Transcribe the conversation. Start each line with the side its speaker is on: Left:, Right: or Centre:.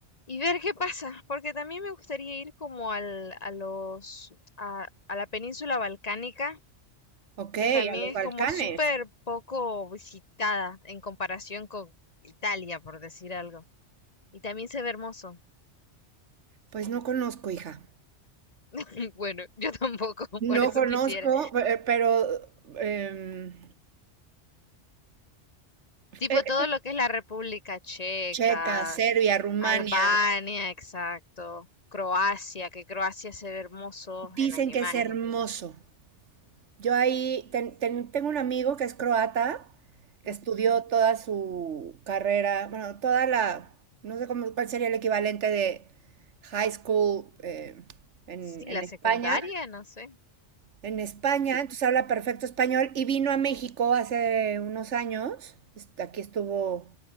Left: y ver qué pasa, porque también me gustaría ir como al, a los, a, a la península balcánica,
Right: ok,
Left: que también
Right: a los Balcanes.
Left: es como súper poco visitada en comparación con Italia, por decir algo. Y también se ve hermoso.
Right: Pues no conozco, hija.
Left: <laughs> Bueno, yo tampoco, <laughs> por
Right: No
Left: eso
Right: conozco,
Left: quisiera.
Right: eh, pero em,
Left: Tipo
Right: eh,
Left: todo
Right: eh,
Left: lo que es la República Checa,
Right: Checa, Serbia, Rumania,
Left: Albania, exacto, Croacia, que Croacia se ve hermoso
Right: dicen
Left: en las imágenes.
Right: que es hermoso. Yo ahí ten- ten- tengo un amigo que es croata, que
Left: Ujú.
Right: estudió toda su carrera, bueno, toda la, no sé cómo, cuál sería el equivalente de high school eh, en,
Left: Sí,
Right: en
Left: la
Right: España.
Left: secundaria, no sé.
Right: en España, entonces habla perfecto español y vino a México hace unos años. Est- Aquí estuvo